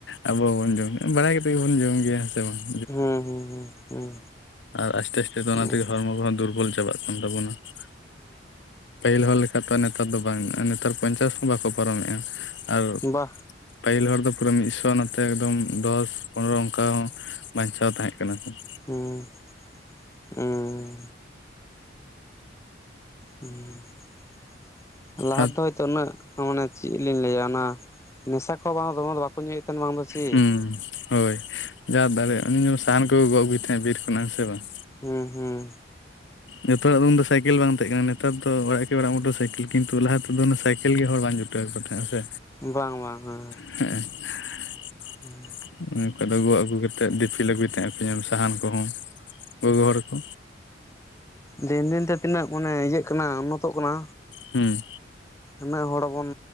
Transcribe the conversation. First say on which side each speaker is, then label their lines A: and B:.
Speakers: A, on the left; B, on the left.
A: ᱟᱵᱚ ᱵᱚᱱ ᱡᱚᱢ <inaudible> ᱵᱟᱲᱟᱭ ᱠᱟᱛᱮᱫ ᱜᱮᱵᱚᱱ ᱡᱚᱢ ᱜᱮᱭᱟ ᱦᱮᱸᱥᱮ ᱵᱟᱝ ᱾
B: ᱦᱩᱸ ᱦᱩᱸ ᱦᱩᱸ ᱦᱩᱸ
A: ᱟᱨ ᱟᱥᱛᱮ ᱟᱥᱛᱮᱫᱚ ᱚᱱᱟ
B: ᱦᱩᱸ
A: ᱛᱮᱜᱮ ᱦᱚᱲᱢᱚ ᱠᱚᱦᱚᱸ ᱫᱩᱨᱵᱚᱞ ᱪᱟᱵᱟᱜ ᱠᱟᱱ ᱛᱟᱵᱚᱱᱟ ᱾ <unintelligible> ᱯᱟᱹᱦᱤᱞ ᱦᱚᱲ ᱞᱮᱠᱟ ᱛᱚ <inaudible> ᱱᱮᱛᱟᱨ ᱫᱚ ᱵᱟᱝ ᱱᱮᱛᱟᱨ ᱯᱚᱧᱪᱟᱥ ᱦᱚᱸ ᱵᱟᱠᱚ ᱯᱟᱨᱚᱢᱮᱜ-ᱟ, ᱟᱨ
B: ᱦᱩᱸ ᱵᱟ
A: ᱯᱟᱹᱦᱤᱞ ᱦᱚᱲ ᱫᱚ ᱯᱩᱨᱟᱹ ᱢᱤᱫ ᱥᱚ ᱱᱚᱛᱮ ᱮᱠᱫᱚᱢ ᱫᱚᱥ ᱯᱚᱱᱨᱚ ᱚᱱᱠᱟ ᱦᱚᱸ ᱵᱟᱧᱪᱟᱣ ᱛᱟᱦᱮᱸ ᱠᱟᱱᱟ ᱠᱚ ᱾
B: ᱦᱩᱸ ᱺ ᱩᱸ ᱦᱩᱸ ᱞᱟᱦᱟ
A: ᱟᱨ
B: ᱛᱮᱫᱚ ᱦᱚᱭᱛᱚ ᱩᱱᱟᱹᱜ ᱢᱟᱱᱮ ᱪᱮᱫ ᱞᱤᱧ ᱞᱟᱹᱭᱟ ᱚᱱᱟ ᱱᱮᱥᱟ ᱠᱚᱦᱚᱸ ᱵᱟᱝ ᱫᱚᱢᱮ ᱫᱚ ᱵᱟᱠᱚ ᱧᱩᱭᱮᱫ ᱛᱟᱦᱮᱱ ᱵᱟᱝ ᱫᱚ ᱪᱮᱫ
A: ᱦᱩᱸ ᱦᱳᱭ ᱡᱟ ᱫᱟᱲᱮ ᱩᱱᱤ ᱥᱟᱦᱟᱱ ᱠᱚᱠᱚ ᱜᱚᱜ ᱟᱹᱜᱩᱭ ᱛᱟᱦᱮᱸᱫ ᱵᱤᱨ ᱠᱷᱚᱱᱟᱜ ᱦᱮᱸ ᱥᱮ ᱵᱟᱝ᱾
B: ᱦᱩᱸ ᱦᱩᱸ
A: ᱡᱚᱛᱚ ᱦᱚᱲᱟᱜ ᱫᱚ ᱩᱱᱫᱚ ᱥᱟᱭᱠᱮᱞ ᱵᱟᱝ ᱛᱟᱦᱮᱸ ᱠᱟᱱᱟ, ᱱᱮᱛᱟᱨ ᱫᱚ ᱚᱲᱟᱜ ᱠᱮ ᱚᱲᱟᱜ ᱢᱚᱴᱚᱨ ᱥᱟᱭᱠᱮᱞ ᱠᱤᱱᱛᱩ ᱞᱟᱦᱟ ᱛᱮᱫᱚ ᱚᱱᱟ ᱥᱟᱭᱠᱮᱞ ᱜᱮ ᱦᱚᱲ ᱵᱟᱝ ᱡᱩᱴᱟᱹ <unintelligible> ᱛᱟᱦᱮᱸᱜ ᱦᱮᱸ ᱥᱮ᱾
B: ᱵᱟᱝ ᱵᱟᱝ ᱦᱮᱸ᱾
A: ᱦᱮᱸᱜᱮ᱾
B: ᱦᱩᱸ
A: ᱩᱱ ᱡᱚᱠᱚᱡ ᱫᱚ ᱜᱚᱜ ᱟᱹᱜᱩ ᱠᱟᱛᱮᱫ ᱫᱤᱯᱤ ᱟᱜᱩᱭ ᱛᱟᱦᱮᱸᱜ ᱟᱠᱚ ᱧᱮᱞ ᱢᱮ ᱥᱟᱦᱟᱱ ᱠᱚᱦᱚᱸ ᱜᱚᱜᱚ ᱦᱚᱲ ᱠᱚ᱾
B: ᱫᱤᱱ ᱫᱤᱱ ᱛᱮ ᱛᱤᱱᱟᱹᱜ ᱢᱟᱱᱮ ᱤᱭᱟᱹᱜ ᱠᱟᱱᱟ ᱩᱱᱱᱚᱛᱚᱜ ᱠᱟᱱᱟ᱾
A: ᱦᱩᱸ
B: ᱩᱱᱟᱹᱜ ᱦᱚᱲ ᱵᱚᱱ